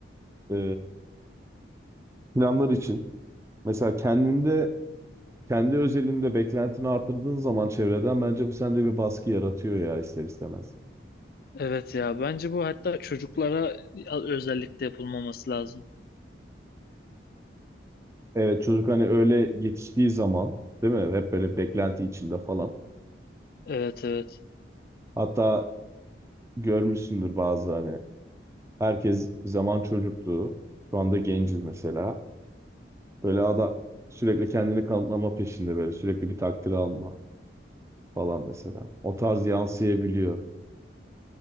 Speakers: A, on the right; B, on the left.
A: e, planlar için. Mesela kendinde, kendi özelinde beklentini artırdığın zaman çevreden bence bu sende bir baskı yaratıyor ya ister istemez.
B: Evet ya bence bu hatta çocuklara özellikle yapılmaması lazım.
A: Evet çocuk hani öyle yetiştiği zaman değil mi? Hep böyle beklenti içinde falan.
B: Evet evet
A: Hatta görmüşsündür bazı hani herkes bir zaman çocuktu. Şu anda genciz mesela. Böyle ada, sürekli kendini kanıtlama peşinde böyle sürekli bir takdir alma. falan mesela. O tarz yansıyabiliyor.